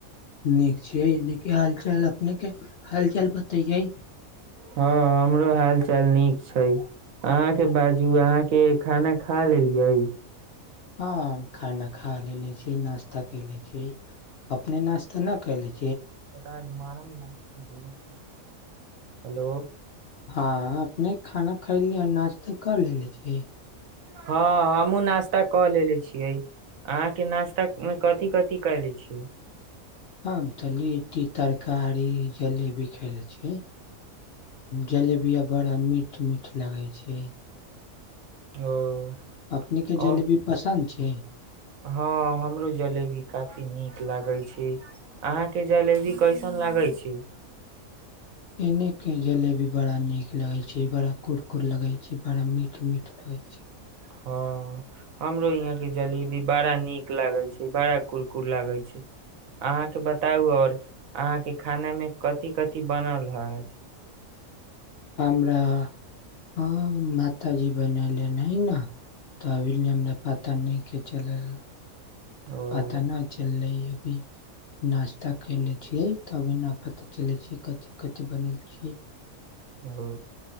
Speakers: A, on the left; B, on the right.
A: नीक छीने के हाल चाल अपने के हाल चाल बतैये
B: हँ हमरो हाल चाल नीक छै अहाँके बाजू अहाँके खाना खा लेलियै
A: हँ खाना खा लेलेे छी नाास्ता क ले छी अपने नाश्ता न के छी
B: छ मर लाग छै बोल हेलो
A: हँ अपने खाना खैली आ नाश्ता कर लेलेे छियै
B: हँ हमूँ नास्ता कऽ लेे छियै अहाँके नाश्ता मे कथिी कथिी कयले छियै
A: हम तऽ लिट्टी तरकारी जलेबी खय लै छियै जलेबी आ बड़ा मीठ मीठ लगै छै
B: ओ
A: अपने के
B: ओ
A: जलेबी पसन्द छै क
B: हँ हमरो जलेबी काफी नीक लागै छै अहााँके जलेबी कैसन लागै छै
A: अपने के जलेबी बड़ा नीक लगे छै बड़ा कुरकुर लगे छै बड़ा मीठ मीठ लगे छै
B: हँ हमरो यहाँ के जलेबी बड़ा नीक लागे छै बड़ा कुरकुर लागे छै अहाँके बताउ और अहाँ के खाना में कथिी कथि बनल हज
A: हमरा आ मात जी बनले नै ने तबील हमरा पता नहि के चलै
B: ह ओ
A: पता नहि चललै ह नास्ता करले छियै ती नफ चले छ कथि कथि बनल छी
B: हाँ